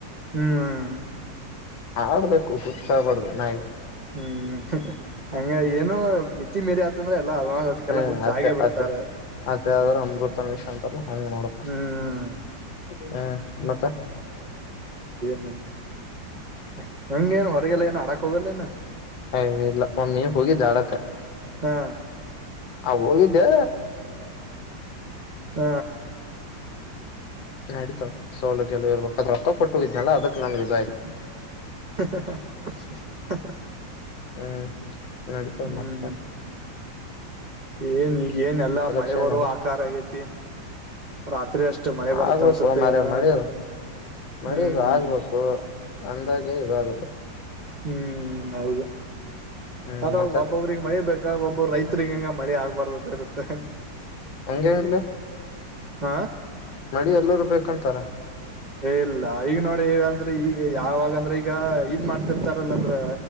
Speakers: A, on the right; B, on the left.
A: ಹ್ಮ್
B: ಆಡ್ಬೇಕು ಹುಚ್ಚ ಆಬಡ್ದು ನ
A: ಹ್ಮ್ ಹಂಗ ಏನೋ ಮಿತಿ ಮೀರಿ ಆತಂದ್ರೆ ಎಲ್ಲಾ ಅಲ್ ಅದಕ್ಕೆಲ್ಲ
B: ಹ್ಮ್
A: ಹುಚ್ಚಾಗೆ
B: ಅತ್ತೆ
A: ಬಿಡ್ತಾರೆ
B: ಅತ್ತೆ ಅತ್ತೆ ಆದ್ರ ಅಮೃತ ನಿಮಿಷ ಅಂತಲ್ಲ ಹಂಗ ನೋಡಪ್ಪ
A: ಹ್ಮ್
B: ಹ್ಮ ಮತ್ತ
A: ಹಂಗ <unintelligible> ನ್ ಮ ಲ್ಲ ಏ ಹಾಡಕ್ ಹೋಗಲ್ಲೇನ್ನು
B: ಹ ಇಲ್ಲ ಒಮ್ಮಿ ಹೋಗಿ ಹಾಡಕ್ಕ
A: ಹಾ
B: ಆ ಹೋಗಿದ್ದೆ
A: ಹ್ಮ್
B: ನಡಿತ ಸೌಲಭ್ಯಲ್ಲ ಇರ್ಬೇಕ ಅದ ರೊಕ್ಕ ಕೊಟ್ಟ ಹೋಗಿದ್ನಲ್ಲ ಅದಕ್ ನಮಗೆ
A: <inaudible>
B: ಹ್ಮ್ ನಡೀತಾವ
A: ಹ್ಮ್
B: ಮತ್ತ
A: ಏನ್ ಈಗ ಏನ್ ಎಲ್ಲಾ ಮಳೆ
B: ಕ್ಷೇಮ
A: ಬರುವ
B: ಅಲ್ಲ
A: ಆಕಾರ ಆಗೈತಿ ರಾತ್ರಿ ಅಷ್ಟ ಮಳೆ ಬರತ್
B: ಆಗ್ಬೇಕು
A: ಅನ್ಸತ್ತೆ
B: ಮಾರಾಯ
A: ಏನ್ನು
B: ಮಳಿಯೋದು ಮಳಿಯೋದು
A: ಹ್ಮ್
B: ಆಗ್ಬೇಕು ಅಂದಾಗೆ ಇದಾಗದು
A: ಹ್ಮ್ ಹೌದು
B: ಹ್ಮ್
A: ಅಲ
B: ಮತ್ತೆ
A: ಒಬ್ಬೊಬ್ರಿಗೆ ಮನಿಬೇಕು ಒಬ್ಬ ರೈತ್ರಿಗ ಹಂಗ ಮಳೆ ಆಗ್ಬಾರ್ದತೆ ಇರುತ್ತೆ
B: ಒಗೆಂಗಲ
A: ಹಾ
B: ಮಳಿ ಎಲ್ಲರೂ ಬೇಕಂತಾರ
A: ಇಲ್ಲ ಈಗ ನೋಡಿ ಈ ಅಂದ್ರೆ ಈಗ ಯಾವಾಗ ಅಂದ್ರೆ ಈಗ ಇದ್ ಮಾಡ್ತಿರ್ತಾರಲ್ಲ ಅಂದ್ರ